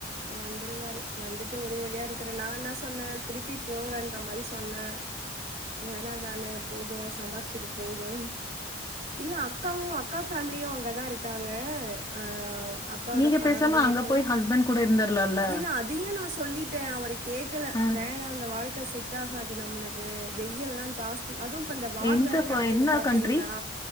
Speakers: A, on the right (about 40°); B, on the left (about 20°).
A: வந்துருவாரு வந்துட்டு ஒரே வழியா இருக்கிறே நா என்னா சொன்னே திருப்பி போங்கன்ற மாரி சொன்னே வேல தானே போது சம்பாரிச்சது போது இல்ல அக்காவு அக்கா ஃபேமிலியும் அங் அங்க தா இருக்காங்க ஆ அக்காவோட
B: நீங்க
A: ஃபேமிலி
B: பேசாம அங்க
A: இப்பல்லா
B: போய் ஹஸ்பண்ட் கூட இருந்தர்லால்ல.
A: இல்ல அதையு நா சொல்லிட்டே அவரு கேக்கல
B: அ
A: வேணா அந்த வாழ்க் க செட் ஆகாது நம்மளுக்கு வெயில்லா ஜாஸ்தி அதும் அந்த வார்
B: எந்த
A: வேற
B: ஃப
A: நடந்துது
B: என்ன
A: பாத்தீங்ளா
B: கண்ட்ரி?